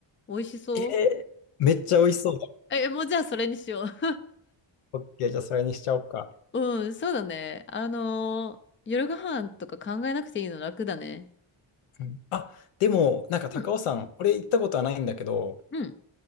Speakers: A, on the left; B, on the left.
A: 美味しそう
B: えーめっちゃ美味しそう。
A: <laughs> え、もうじゃあそれにしよう。
B: オッケー、じゃあそれにしちゃおうか。
A: うん、そうだね。あのー夜ご飯とか考えなくていいの楽だね。
B: うんあ、でも、なんか高尾山、
A: うん、
B: 俺行ったことはないんだけど、
A: うん、